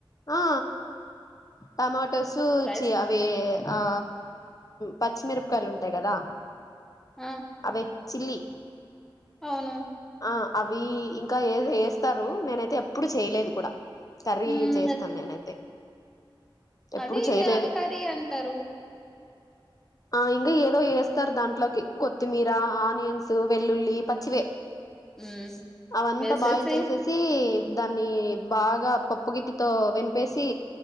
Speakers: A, on the left (about 40°); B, in the centre.
A: ఆ టమాటాసు
B: రైస్
A: చి అవే ఆ పచ్చిమిరపకాయలు ఉంటాయి కదా
B: ఆ
A: అవే చిల్లీ
B: అవును
A: ఆ అవి ఇంకా ఏస్తారు నేనైతే ఎప్పుడు చేయలేదు కూడా కర్రీ
B: ఉమ్
A: చేస్తాను నేనైతే ఎప్పుడు
B: అది <unintelligible>
A: చేయలేదు
B: అది కర్రీ అంటారు
A: ఆ ఇంకా ఏదో వేస్తారు దాంట్లోకి కొత్తిమీర ఆనియన్స్ వెల్లుల్లి పచ్చివే
B: ఉమ్
A: అవంతా
B: వేసేసి
A: బాయిల్ చేసేసి దాన్ని బాగా పప్పుగిదితో వినిపేసి